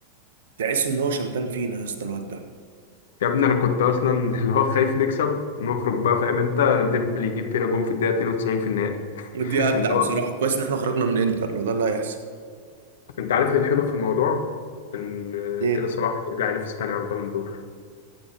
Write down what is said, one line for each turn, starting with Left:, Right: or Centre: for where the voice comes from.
Right: تحس ان هو شمتان فينا يا اسطى الواد ده
Left: يا ابني انا كنت اصلا <laughs> اللي هو خايف نكسب نخرج بقى فاهم انت ديمبلي يجيب فينا جون في الدقيقة 92 في النهائي <laughs>
Right: دي اجدع
Left: اللي هو
Right: بصراحه كويس ان احنا خرجنا من انتر لو ده اللي هيحصل
Left: انت عارف ايه الحلو في الموضوع ان
Right: ايه
Left: كده صلاح يرجع ينافس تاني على البالون دور